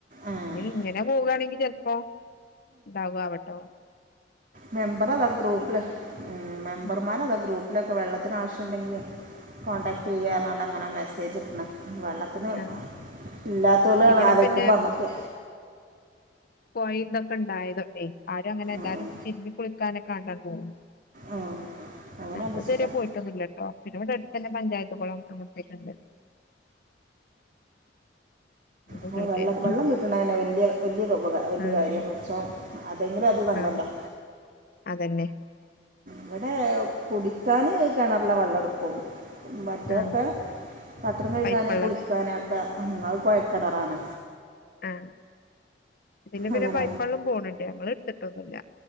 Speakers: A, on the right; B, on the left.
A: ഏഹ്
B: ഇനിഇങ്ങനെ പോവാണെങ്കി ചെൽപ്പം ണ്ടാവോ ആവട്ടോ
A: മെമ്പറതാ ഗ്രൂപ്പില് ഉം മെമ്പർമാരതാ
B: ഉം
A: ഗ്രൂ പ്പ്ലൊക്കെ വെള്ളത്തിന് ആവശ്യണ്ടെങ്കി കോൺടാക്ട് ചെയ്യാ ർഞ്ഞാണ്ട് അങ്ങനെ മെസ്സേജ് ഇട്ട്ണ്. വെള്ള ത്തിന്
B: ആഹ്
A: ഇല്ലാതോലെ
B: ഇവിടെ
A: ണ് ആലോയിക്കുമ്പം
B: പിന്നെ
A: അമക്ക്
B: പൊഴിം ഇതൊക്കെ ഉണ്ടായതോണ്ടെ ആരും അങ്ങനെ എല്ലാരും
A: ആഹ്
B: തിരുമ്പികുളിക്കാനൊക്കെ ആണ്ടണ്ട് പോവും.
A: ആഹ് അങ്ങനെയാകുമ്പോ
B: നമ്മള്തുവരെ
A: സുഖാ
B: പോയിട്ടൊന്നുല്ലട്ടോ. പിന്നെ ഇവടെ അടുത്തന്നെ പഞ്ചായത്തുകൊളം അങ്ങനത്തേക്ണ്ട്. ബുദ്ധിമുട്ട്
A: അത് വെള്ളം
B: വരൂല
A: വെള്ളം കിട്ടണന്നെ വലിയ വല്യൊരു ഉപകാ വല്യ
B: ഉം
A: കാര്യാ പടച്ചോൻ അതേങ്കിലും അത് തന്നല്ലോ.
B: ആഹ് അതന്നെ
A: ഇവടെ കുടിക്കാന് കെണറിലെ വെള്ള ട്ക്കും. മറ്റതൊക്കെ
B: ആഹ്
A: പാത്രം കഴികാന്
B: പൈപ്പള്ളം
A: കുളിക്കാന് ഒക്കെ അത് കുഴൽ ക്കണറാണ്
B: ആഹ്. ഇതിന് പിന്നെ
A: അങ്ങനെ
B: പൈപ്പള്ളും പോണ് ണ്ട്. ഞങ്ങള് ഇട്ത്തിട്ടൊന്നുല്ല